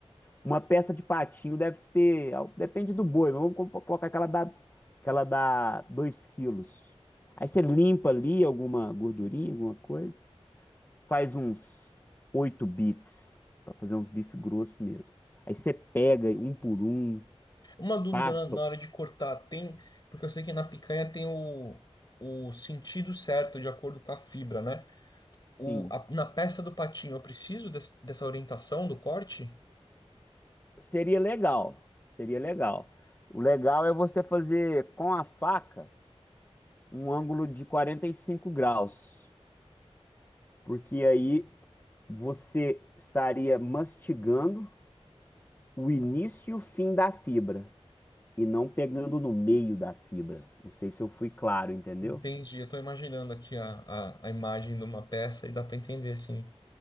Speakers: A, on the left (about 20°); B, on the left (about 40°).
A: uma peça de patinho deve ter, ah, depende do boi, mas vamos colo- colocar aquela dá, aquela dá 2 quilos. Aí você limpa ali alguma gordurinha, alguma coisa, faz uns oito bifes, para fazer uns bifes grossos mesmo. Aí você pega um por um,
B: Uma dúvida
A: passa,
B: na, na hora de cortar, tem. Porque eu sei que na picanha tem o, o sentido certo de acordo com a fibra, né? O,
A: sim.
B: a- na peça do patinho, eu preciso des- dessa orientação do corte?
A: Seria legal, seria legal. O legal é você fazer com a faca um ângulo de 45 graus, porque aí você estaria mastigando o início e o fim da fibra e não pegando no meio da fibra. Não sei se eu fui claro, entendeu?
B: Entendi, eu tô imaginando aqui a, a, a imagem de uma peça e dá para entender, sim.